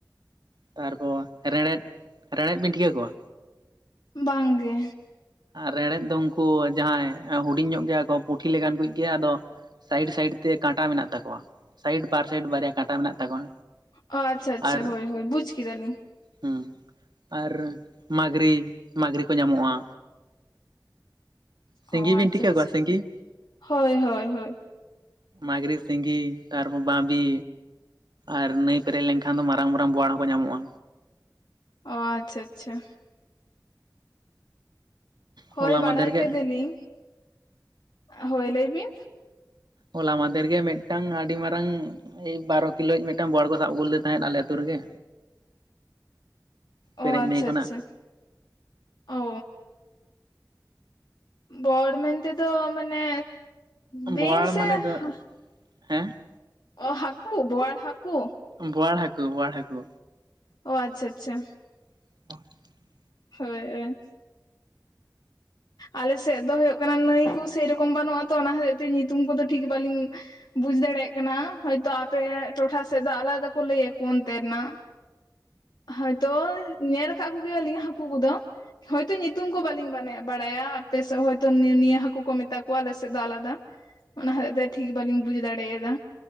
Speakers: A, on the right; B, on the left.
A: ᱛᱟᱨᱯᱚᱨ ᱨᱮᱲᱮᱫ ᱨᱮᱲᱮᱫ ᱵᱤᱱ ᱴᱷᱤᱠᱟᱹ ᱠᱚᱣᱟ᱾
B: ᱵᱟᱝ ᱜᱮ
A: ᱨᱮᱲᱮᱫ ᱫᱚ ᱩᱱᱠᱩ ᱡᱟᱦᱟᱸᱭ ᱦᱩᱰᱤᱧ ᱧᱚᱜ ᱜᱮᱭᱟ ᱠᱚ ᱯᱩᱴᱷᱤ ᱞᱮᱠᱟᱱ ᱠᱩᱭᱤᱡ ᱜᱮ ᱟᱫᱚ ᱥᱟᱭᱤᱰ ᱥᱟᱭᱤᱰ ᱛᱮ ᱠᱟᱸᱴᱟ ᱢᱮᱱᱟᱜ ᱛᱟᱠᱚᱣᱟ᱾ ᱥᱟᱭᱤᱴ ᱵᱟᱨ ᱥᱟᱭᱤᱰ ᱵᱟᱨᱭᱟ ᱠᱟᱴᱟ ᱢᱮᱱᱟᱜ ᱛᱟᱠᱚᱣᱟ
B: ᱚ ᱟᱪᱪᱷᱟ ᱟᱪᱪᱷᱟ
A: ᱟᱨ
B: ᱦᱳᱭ ᱦᱳᱭ ᱵᱩᱡᱽ ᱠᱮᱫᱟᱞᱤᱧ
A: ᱦᱩ ᱟᱨ ᱢᱟᱜᱽᱨᱤ, ᱢᱟᱜᱽᱨᱤ ᱠᱚ ᱧᱟᱢᱚᱜᱼᱟ ᱥᱤᱸᱜᱤ
B: ᱚ
A: ᱵᱤᱱ
B: ᱟᱪᱪᱷᱟ
A: ᱴᱷᱤᱠᱟᱹ
B: ᱟᱪᱪᱷᱟ
A: ᱠᱚᱣᱟ ᱥᱤᱸᱜᱤ
B: ᱦᱳᱭ ᱦᱳᱭ ᱦᱳᱭ
A: ᱢᱟᱜᱽᱨᱤ, ᱥᱤᱸᱜᱤ, ᱛᱟᱨᱯᱚᱨ ᱵᱟᱹᱫᱤ ᱟᱨ ᱱᱟᱹᱭ ᱯᱮᱨᱮᱡ ᱞᱮᱱᱠᱷᱟᱱ ᱫᱚ ᱢᱟᱨᱟᱝ ᱢᱟᱨᱟᱝ ᱵᱚᱣᱟᱲ ᱦᱚᱸᱠᱚ ᱧᱟᱢᱚᱜᱼᱟ᱾
B: ᱚ ᱟᱪᱪᱷᱟ ᱟᱪᱪᱷᱟ ᱦᱳᱭ
A: ᱦᱚᱞᱟ ᱢᱟᱫᱷᱮᱨ
B: ᱵᱟᱲᱟᱭ
A: ᱜᱮ
B: ᱠᱮᱫᱟᱞᱤᱧ ᱦᱳᱭ ᱞᱟᱹᱭ ᱵᱤᱱ
A: ᱦᱚᱞᱟ ᱢᱟᱫᱷᱮᱨ ᱜᱮ ᱢᱤᱫᱴᱟᱝ ᱟᱹᱰᱤ ᱢᱟᱨᱟᱝ ᱮᱭ ᱵᱟᱨᱚ ᱠᱤᱞᱳ ᱤᱡ ᱢᱤᱫᱴᱟᱝ ᱵᱚᱣᱟᱲ ᱠᱚ ᱥᱟᱵᱽ ᱟᱹᱜᱩ ᱞᱮᱫᱮ ᱛᱟᱦᱮᱸᱫ ᱟᱞᱮ ᱟᱛᱩ ᱨᱮᱜᱮ
B: ᱚ
A: ᱯᱮᱨᱮᱡ
B: ᱟᱪᱪᱷᱟ
A: ᱱᱟᱹᱭ ᱠᱷᱚᱱᱟᱜ
B: ᱟᱪᱪᱷᱟ ᱚ ᱵᱚᱣᱟᱲ ᱢᱮᱱᱛᱮ ᱫᱚ ᱢᱟᱱᱮ ᱵᱤᱧ
A: ᱵᱳᱣᱟᱲ
B: ᱥᱮ
A: ᱢᱟᱱᱮ ᱫᱚ
B: ᱦᱟ ᱦᱟ
A: ᱦᱮᱸ
B: ᱚ ᱦᱟᱹᱠᱩ ᱵᱚᱣᱟᱲ ᱦᱟᱹᱠᱩ
A: ᱵᱳᱣᱟᱲ ᱦᱟᱹᱠᱩ ᱵᱳᱣᱟᱲ ᱦᱟᱹᱠᱩ
B: ᱚ ᱟᱪᱪᱷᱟ ᱟᱪᱪᱷᱟ
A: <inaudible>
B: ᱦᱳᱭ ᱦᱳᱭ ᱟᱞᱮ ᱥᱮᱫ ᱫᱚ ᱦᱩᱭᱩᱜ ᱠᱟᱱᱟ, ᱱᱟᱹᱭ ᱠᱚ ᱥᱮᱨᱚᱠᱚᱢ ᱵᱟᱹᱱᱩᱜᱼᱟ ᱛᱚ, ᱚᱱᱟ ᱦᱚᱛᱮᱡ ᱛᱮ ᱧᱩᱛᱩᱢ ᱠᱚᱫᱚ ᱴᱷᱤᱠ ᱵᱟᱹᱞᱤᱧ ᱵᱩᱡ ᱫᱟᱲᱮᱭᱟᱜ ᱠᱟᱱᱟ ᱦᱚᱳᱭ ᱛᱳ ᱟᱯᱮ ᱴᱚᱴᱷᱟ ᱥᱮᱫ ᱫᱚ ᱟᱞᱟᱫᱟ ᱠᱚ ᱞᱟᱹ ᱭ ᱟᱠᱚ ᱚᱱᱛᱮ ᱱᱟᱜ ᱦᱚᱭᱛᱚ ᱧᱮᱞ ᱠᱟᱜ ᱠᱚᱜᱮᱭᱟ ᱞᱤᱧ ᱦᱟᱹᱠᱩ ᱠᱚᱫᱚ ᱦᱳᱭᱛᱳ ᱧᱩᱛᱩᱢ ᱠᱚ ᱵᱟᱹᱞᱤᱧ ᱵᱟᱲᱟᱭᱟ ᱟᱯᱮ ᱥᱮᱫ ᱦᱚᱭᱛᱳ ᱱᱤᱭᱟᱹ ᱱᱤᱭᱟᱹ ᱦᱟᱹᱠᱩ ᱠᱚ ᱢᱮᱛᱟ ᱠᱚᱣᱟ ᱟᱞᱮ ᱥᱮᱫ ᱫᱚ ᱟᱞᱟᱫᱟ ᱚᱱᱟ ᱦᱚᱛᱮᱫ ᱛᱮ ᱴᱷᱤᱠ ᱵᱟᱞᱤᱧ ᱵᱩᱡ ᱫᱟᱲᱮᱭᱟᱫᱟ᱾